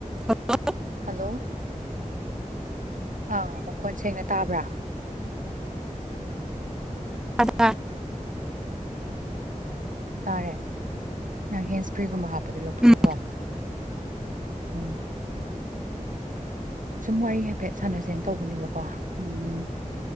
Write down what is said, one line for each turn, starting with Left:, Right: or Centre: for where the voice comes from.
Centre: ꯍꯜꯣ
Right: hello ꯑꯥ ꯃꯈꯣꯟ ꯁꯦꯡꯅ ꯇꯥꯕ꯭ꯔꯥ
Centre: ꯑ
Right: ꯇꯥꯔꯦ ꯅꯪ ꯍꯦꯟꯁ꯭ꯄ꯭ꯔꯦꯒꯨꯝꯕ ꯍꯥꯞꯄ ꯗꯤ ꯂꯧꯊꯣꯛꯎꯀꯣ
Centre: ꯎꯝ
Right: ꯎꯝ ꯁꯨꯝ ꯋꯥꯔꯤ ꯍꯥꯏꯐꯦꯠ ꯁꯥꯟꯅꯁꯦꯅ ꯇꯧꯕꯅꯦꯕꯀꯣ ꯎꯝ